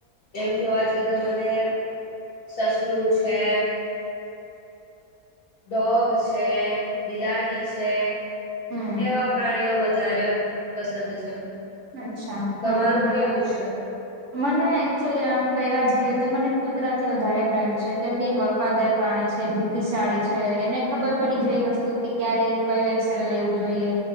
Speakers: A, on the left; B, on the right.
A: એમ જોવા જ તો મને સસલું છે. ડોગ છે, બિલાડી છે.
B: હમ
A: એવા પ્રાણીઓ વધારે પસંદ છે.
B: અચ્છા
A: તમારું
B: હા બરાબર
A: કેવું છે?
B: મને એકચુલી આમ કહેવા જઈએ તો મને કુતરા થી વધારે પ્રેમ છે કેમ કે વફાદાર પ્રાણી છે બુદ્ધિશાળી છે એને ખબર પડી જાય એ વસ્તુ કે ક્યારે કયું એક્શન લેવું જોઈએ.